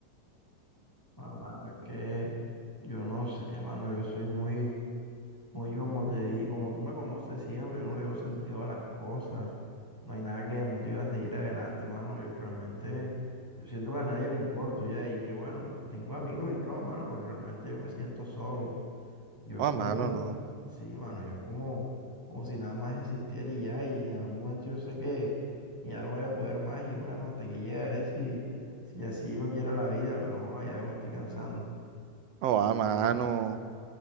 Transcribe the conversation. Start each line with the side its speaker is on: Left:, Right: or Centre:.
Centre: Ah, mano, es que yo no sé, mano. Yo soy muy Muy como te di, como tú me conoces siempre, yo no le veo sentido a las cosas. No hay nada que me motive a seguir adelante, mano. Yo realmente, yo siento que a nadie le importo ya. Y que bueno, tengo amigos y todo, mano, pero realmente yo me siento solo. Yo
Right: O
Centre: es como,
Right: a mano, no.
Centre: sí, mano, yo es como, como si nada más existiera y ya. Y en un momento yo sé que ya no voy a poder más. Y bueno, hasta aquí llegaré si, si así lo quiera la vida, pero joder, ya yo me estoy cansando.
Right: O a mano.